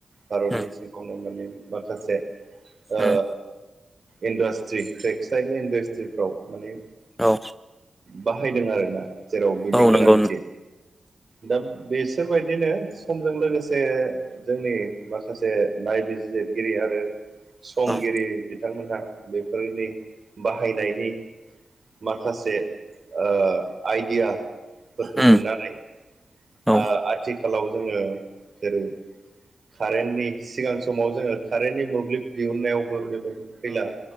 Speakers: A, on the right; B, in the centre.
A: भारतनि
B: उम
A: सिङावनो माने माखासे ओ
B: उम
A: इन्डास्ट्रि टेक्सटाइल इन्डास्ट्रिफ्राव माने
B: औ
A: बाहायदों आरोना जेराव बिनि
B: औ नंगौ
A: गोनांथि दा बिसोरबायदिनो समजों लोगोसे जोंनि माखासे नायबिजिरगिरि आरो समगिरि
B: नोंथां
A: बिथांमोनहा बेफोरनि बाहायनायनि माखासे ओ आइडिया फोरखौ
B: उम
A: मोननानै
B: औ
A: ओ आथिखालाव जोङो जेरै कारेन्टनि सिगां समाव जोङो कारेन्टनि मोब्लिब दिहुननायावबो बेबायदि खैला